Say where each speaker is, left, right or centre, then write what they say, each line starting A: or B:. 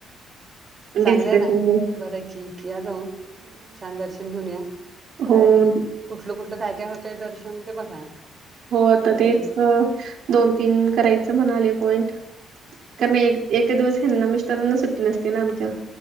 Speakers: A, on the right (about 35°); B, on the right (about 75°).
A: चांगलंय
B: डिस्कशन
A: ना
B: हो,
A: बर की या जाऊन. छान दर्शन घेऊन या
B: हो.
A: काय कुठलं कुठलं काय काय होतंय दर्शन ते बघा.
B: हो आता
A: म्हणजे
B: तेच दोन तीन करायचं म्हणाले पॉइंट. कारण
A: हम्
B: एक एक दिवस हना मिस्टारांना सुट्टी नसते ना आमच्या.